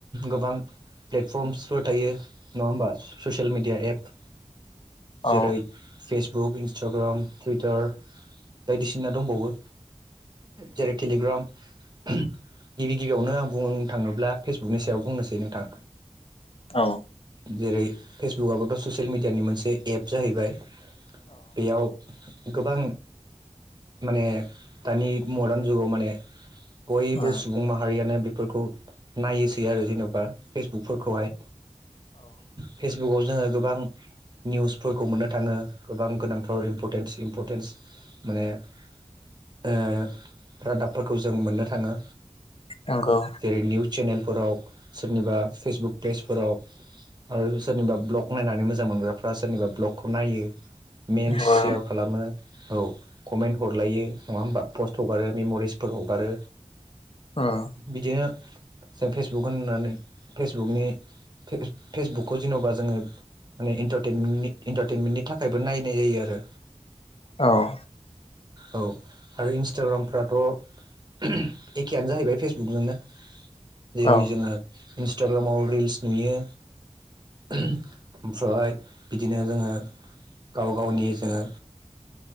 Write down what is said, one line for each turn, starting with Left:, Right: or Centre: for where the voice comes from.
Right: गोबां प्लेटफर्मसफोर थायो नङा होमबा ससियेल मिडिया एप। जेरै
Left: औ
Right: फेसबुक इनस स्टग्राम टुइटार बायदिसिना दंबावो। जेरै टेलिग्राम <unintelligible> गिबि गिबियावनो आं बुंनो थाङोब्ला फेसबुकनि सायाव बुंनोसै नोंथां।
Left: औ।
Right: जेरै फेसबुकआबोथ' ससियेल मिडियानि मोनसे एप जाहैबाय। बेयाव गोबां माने दानि मडार्न जुगाव माने बयबो
Left: उम औ
Right: सुबुं माहारियानो बेफोरखौ नायोसै आरो जेन'बा फेसबुकफोरखौहाय। फेसबुकाव जोङो गोबां निउसफोरखौ मोननो थाङो गोबां गोनांथार इम्परटेन्स इम्परटेन्स माने ओ रादाबफोरखौ जों मोननो थाङो।
Left: नंगौ
Right: जेरै निउस चेनेलफोराव सोरनिबा फेसबुक पेजफोराव आरो सोरनिबा ब्लग नायनानै मोजां मोनग्राफ्रा सोरनिबा ब्लगखौ नायो। मेमस
Left: नंगौ
Right: सेयार खालामो औ कमेन्ट हरलायो नङा होमबा पस्ट हगारो मेम'रिसफोर हगारो।
Left: उम
Right: बिदिनो जों फेसबुक होननानै फेसबुकनि फे-फेसबुकखौ जेन'बा जोङो माने इन्टारटेनमेन्टनि इन्टारटेनमेन्टनि थाखायबो नाय नाय जायो आरो
Left: औ
Right: औ आरो इन्स्टाग्रामफ्राथ' एखेयानो जाहैबाय फेसबुकजोंनो जेरै
Left: औ
Right: जोङो इन्सटाग्रामाव रिल्स नुयो ओमफ्राय बिदिनो जोङो गाव गावनि जोङो